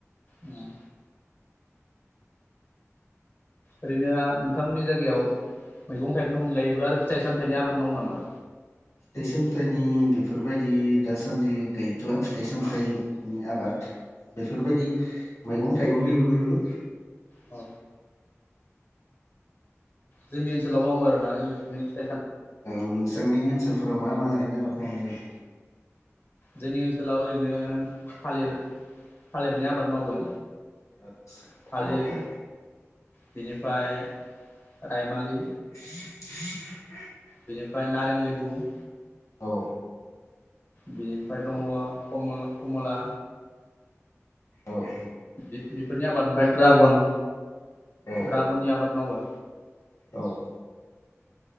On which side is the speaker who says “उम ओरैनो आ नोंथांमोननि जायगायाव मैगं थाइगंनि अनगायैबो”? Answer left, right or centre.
Left